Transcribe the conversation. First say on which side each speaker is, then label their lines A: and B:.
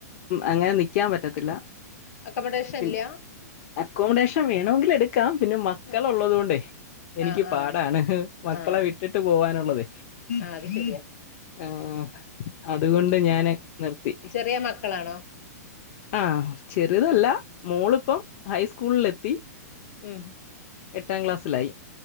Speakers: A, on the left; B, on the left.
A: അങ്ങനെ നിക്കാൻ പറ്റത്തില്ല
B: അക്കമഡേഷൻ
A: പി
B: ഇല്ലയ
A: അക്കോമഡേഷൻ വേണമെങ്കിൽ എടുക്കാം പിന്നെ മക്കള
B: ആഹ്
A: ഉള്ളത് കൊണ്ടേ എനിക്ക്
B: ആഹ്
A: പ
B: ആഹ്
A: ാണ് മക്കളെ
B: ആഹ്
A: വിട്ടിട്ട് പോവാനുള്ളത്
B: അത് ശരിയാ
A: ആ അതുകൊണ്ട് ഞാന് നിർത്തി
B: ചെറിയ മക്കളാണോ
A: ആഹ ചെറുതല്ല
B: ആഹ്
A: മോളിപ്പം ഹൈസ്കൂളിലെത്തി
B: ഉം
A: എട്ടാം ക്ലാസ്സിലായി